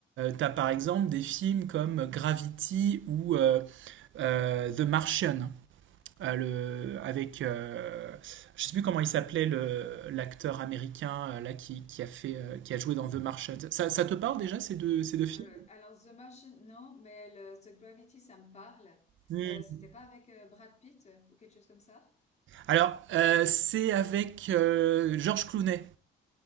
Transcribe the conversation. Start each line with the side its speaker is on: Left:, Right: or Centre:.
Right: tu as par exemple des films comme Gravity ou. euh, euh, The Martian. euh, Le, avec euh, je ne sais plus comment il s'appelait le, l'acteur américain euh, là qui, qui a fait euh, qui a joué dans The Martian ça, ça te parle déjà ces deux ces deux films
Left: Euh, alors, The Martian, non, mais le, The Gravity, ça me parle.
Right: Hmm.
Left: Euh, c'était pas avec euh, Brad Pitt euh, ou quelque chose comme ça?
Right: Alors, euh, c'est avec euh, Georges Clooney.